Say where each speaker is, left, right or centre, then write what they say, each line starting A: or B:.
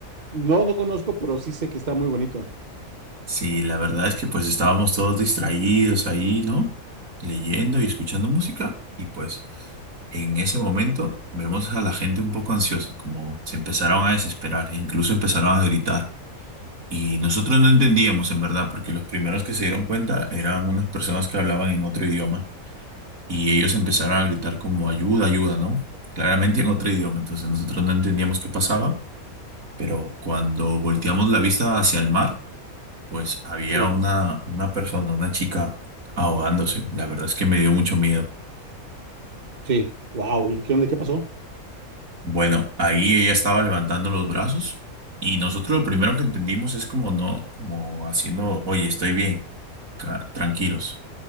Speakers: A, on the right (about 35°); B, on the right (about 65°).
A: No, no conozco, pero sí sé que está muy bonito.
B: Sí, la verdad es que pues estábamos todos distraídos ahí, ¿no? Leyendo y escuchando música y pues en ese momento vemos a la gente un poco ansiosa, como se empezaron a desesperar e incluso empezaron a gritar. Y nosotros no entendíamos en verdad, porque los primeros que se dieron cuenta eran unas personas que hablaban en otro idioma y ellos empezaron a gritar como ayuda, ayuda, ¿no? Claramente en otro idioma, entonces nosotros no entendíamos qué pasaba, pero cuando volteamos la vista hacia el mar, pues había
A: Sí,
B: una, una persona, una chica ahogándose. La verdad es que me dio mucho miedo.
A: sí. Wow. ¿Y qué onda? ¿Qué pasó?
B: Bueno, ahí ella estaba levantando los brazos y nosotros lo primero que entendimos es como no, como haciendo, oye, estoy bien, ca- tranquilos.